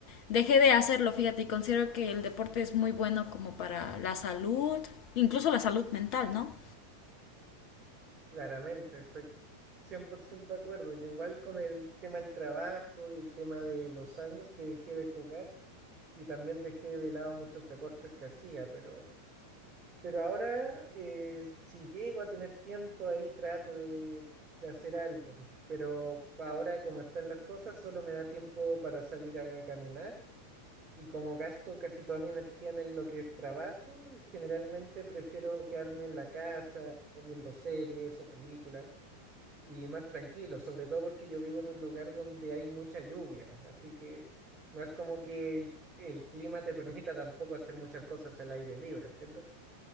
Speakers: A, on the left; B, on the right.
A: dejé de hacerlo, fíjate. Y considero que el deporte es muy bueno como para la salud, incluso la salud mental, ¿no?
B: Claramente, estoy 100% de acuerdo. Yo igual con el tema del trabajo y el tema de los años que dejé de jugar y también dejé de lado muchos deportes que hacía, pero Pero ahora, eh, si llego a tener tiempo ahí, trato de, de hacer algo. Pero ahora, como están las cosas, solo me da tiempo para salir a caminar. Y como gasto casi toda mi energía en lo que es trabajo, generalmente prefiero quedarme en la casa viendo series o películas y más tranquilo, sobre todo porque yo vivo en un lugar donde hay mucha lluvia. Así que no es como que el, el clima te permita tampoco hacer muchas cosas al aire libre, ¿entiendes?